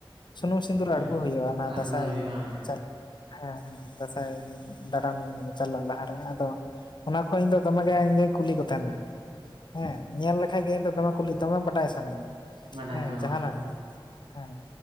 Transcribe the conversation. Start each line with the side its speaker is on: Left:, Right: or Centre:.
Left: ᱥᱩᱱᱩᱢ ᱥᱤᱸᱫᱩᱨ
Right: ᱦᱮᱸ
Left: ᱟᱲᱜᱩ ᱦᱩᱭᱩᱜ-ᱟ ᱚᱱᱟ
Right: ᱟᱬᱜᱚᱱ
Left: ᱫᱟᱸᱥᱟᱭ
Right: ᱦᱩᱭᱩᱜᱼᱟ ᱦᱮᱸ
Left: ᱪᱟᱞ ᱦᱮᱸ ᱦᱮᱸ ᱦᱮᱸ ᱫᱟᱸᱥᱟᱭ᱾ ᱫᱟᱬᱟᱱ ᱪᱟᱞᱟᱜ ᱞᱟᱦᱟ ᱨᱮ ᱟᱫᱚ ᱚᱱᱟ ᱠᱚ ᱤᱧ ᱫᱚ ᱫᱚᱢᱮ ᱜᱮ ᱤᱧ ᱫᱩ ᱠᱩᱞᱤ ᱠᱚ ᱛᱮᱦᱮᱱᱟ᱾ ᱦᱮᱸ ᱧᱮᱞ ᱞᱮᱠᱷᱟᱡ ᱜᱮ ᱤᱧ ᱫᱚ ᱫᱚᱢᱮ ᱠᱩᱞᱤ ᱫᱚᱢᱮ ᱵᱟᱰᱟᱭ ᱥᱟᱱᱟᱹᱧᱟ
Right: ᱵᱟᱰᱟᱭ
Left: ᱦᱮᱸ
Right: ᱥᱟᱱᱟ
Left: ᱡᱟᱦᱟᱸ ᱱᱟᱜ ᱜᱮ᱾ ᱦᱮᱸ